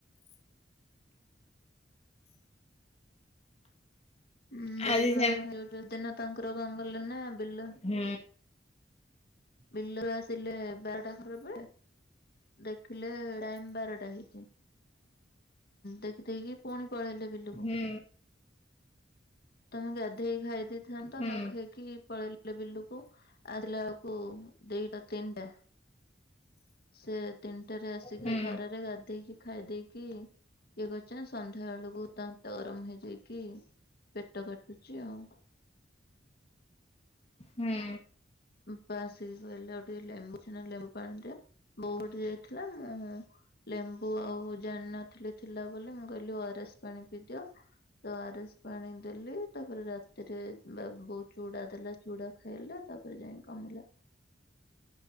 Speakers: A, on the left (about 55°); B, on the left (about 35°).
A: ହଁ ରବି
B: ଆଜି
A: କୁଣ
B: ସେମିତି
A: କଣ ହେଉଛି ଦିନ ତାଙ୍କର ଗଙ୍ଗଲ ନା ବିଲ
B: ହୁଁ।
A: ବିଲରୁ ଆସିଲେ ବାରଟା <unintelligible> ଦେଖିଲେ ଟାଇମ ବାରଟା ହେଇଛି। ଦେଖିଦେଇକି ପୁଣି ପଳେଇଲେ ବିଲୁକୁ
B: ହୁଁ
A: ତମେ ଗା ଧେଇ କି ଖାଇ ଦେଇଥାନ୍ତ
B: ହୁଁ
A: ନ ଖାଇକି ପଳେଇଲ ଲେ ବିଲୁକୁ ଆସିଲା ଅଳକୁ କୁ ଦି ଟା ତିନ ଟା ସେ ତିନିଟାରେ ଆସିଲେ
B: ହୁଁ
A: ଖରାରେ ଗାଧେଇକି ଖାଇ ଦେଇକି ଇଏ କରିଚନ୍ତି ସନ୍ଧ୍ୟା ବେଳକୁ ତାଙ୍କ ପେଟ ଗରମ ହେଇଯାଇକି ପେଟ କାଟୁଚି ଆଉ।
B: ହୁଁ।
A: ଉଁ ପା ଆସିକି କହିଲେ କେ ଲେମ୍ୱୁ ଛେ ନା ଲେମ୍ବୁ ପାଣି ଦିଅ। ବୋଉ କୁଆଡେ ଯାଇଥିଲା ମୁଁ ଲେମ୍ବୁ ଆଉ ଜାଣିନଥିଲି ଥିଲା ବୋଲି ମୁଁ କହିଲି ଓ ଆର ଏସ୍ ପାଣି ପିଇଦିଅ ତ ଓ ଆର ଏସ୍ ପାଣି ଦେଲି ତାପରେ ରାତିରେ ବା ବୋଉ ଚୁଡା ଦେଲା ଚୁଡା ଖାଇଲେ ତାପ ତା ପରେ ଯାଇଁ କମିଲା।